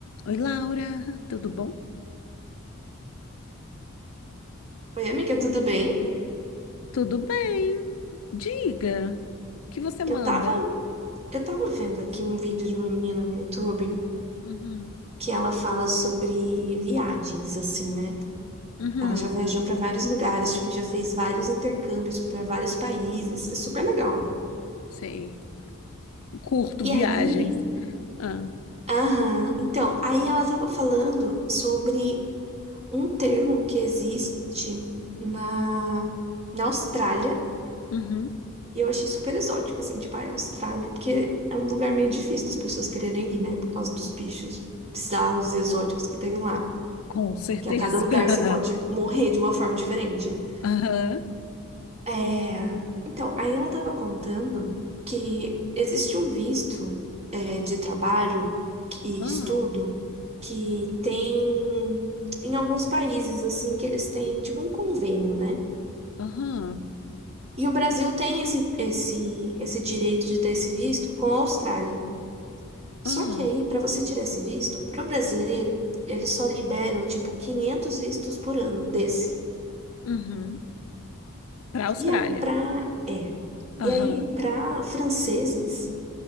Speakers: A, on the left; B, on the right.
A: Oi, Laura, tudo bom?
B: Oi, amiga, tudo bem?
A: Tudo bem? Diga, o que você manda?
B: Eu tava, eu tava vendo aqui um vídeo de uma menina no YouTube
A: Uhum,
B: que ela fala sobre viagens, assim, né?
A: uhum,
B: Ela já viajou pra vários lugares, tipo, já fez vários intercâmbios pra vários países, é super legal.
A: sei. Curto
B: E
A: viagens.
B: aí,
A: Ah,
B: aham, então, aí ela tava falando sobre um termo que existe na, na Austrália
A: uhum,
B: E eu achei super exótico, assim, tipo, a Austrália, porque é um lugar meio difícil das pessoas quererem ir, né? Por causa dos bichos bizarros e exóticos que tem lá.
A: com certeza.
B: Que a cada lugar você pode
A: <laughs>
B: morrer de uma forma diferente.
A: Aham,
B: É... Então, aí ela tava contando que existe um visto, é, de trabalho e
A: ah,
B: estudo que tem em alguns países, assim, que eles têm, tipo, um convênio, né?
A: aham,
B: E o Brasil tem esse, esse, esse direito de ter esse visto com a Austrália.
A: ah,
B: Só que aí, para você tirar esse visto, pro brasileiro, eles só liberam tipo 500 vistos por ano desse.
A: uhum. Para a Austrália.
B: E aí para é.
A: Aham,
B: E aí para franceses,